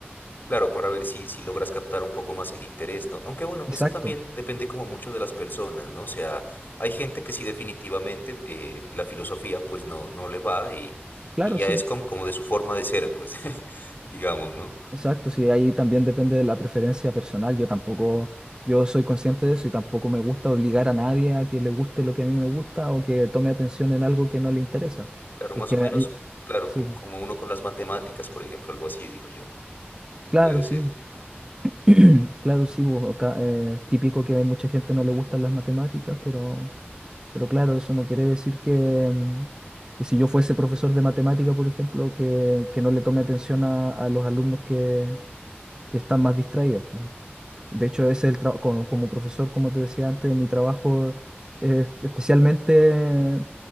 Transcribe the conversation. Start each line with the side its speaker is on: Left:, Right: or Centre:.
Left: Claro, para ver si, si logras captar un poco más el interés, ¿no? Aunque bueno,
Right: Exacto,
Left: esto también depende como mucho de las personas, ¿no? O sea, hay gente que sí definitivamente eh, la filosofía pues no, no le va y,
Right: claro,
Left: y ya
Right: sí,
Left: es como, como de su forma de ser, pues, <laughs> digamos, ¿no?
Right: exacto, sí, ahí también depende de la preferencia personal. Yo tampoco, yo soy consciente de eso y tampoco me gusta obligar a nadie a que le guste lo que a mí me gusta o que tome atención en algo que no le interesa.
Left: Claro,
Right: Porque,
Left: más o menos,
Right: hay-
Left: claro,
Right: sí,
Left: como, como uno con las matemáticas, por ejemplo, algo así, digo yo, ¿no?
Right: claro,
Left: Puede ser.
Right: sí. <clears throat> Claro, sí, bo, acá eh, es típico que hay mucha gente no le gustan las matemáticas, pero, pero claro, eso no quiere decir que, mm, que si yo fuese profesor de matemática, por ejemplo, que, que no le tome atención a, a los alumnos que, que están más distraídos. pues. De hecho, ese es el trabajo como, como profesor, como te decía antes, mi trabajo eh, especialmente